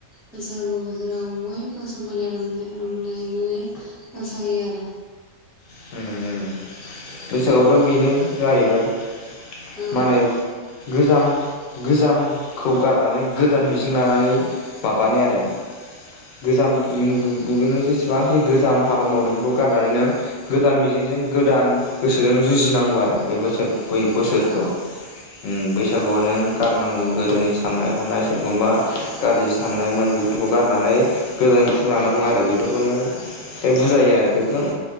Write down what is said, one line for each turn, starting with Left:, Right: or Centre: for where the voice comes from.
Centre: बैसागु बोथोराव बयबो समायना रंजा रंजा नानै मोसायो आरो।
Left: होमबा? बैसागुआवथ' बेनो जाहैबाय।
Centre: औ।
Left: मा होनो गोजाम गोजामखौ गारनानै गोदान मिजिं लानानै माबानाय आरो गोजाम नों जेसेबांखि गोजाम हाबा मावदों बेफोरखौ गारनानै नों गोदान मिजिंजों गोदान गोसोजों जुजिनांगौ आरो बे बोसोर बै बोसोरखौ।
Centre: औ
Left: उम बैसागुआव नों गारनांगौ गोदोनि साननाय हनाय सोरखौबा गाज्रि साननायमोन बेफोरखौ गारनानै गोदान मिजिं लानांगौ आरो बेफोर खौनो बे बुजायो आरो गोगोम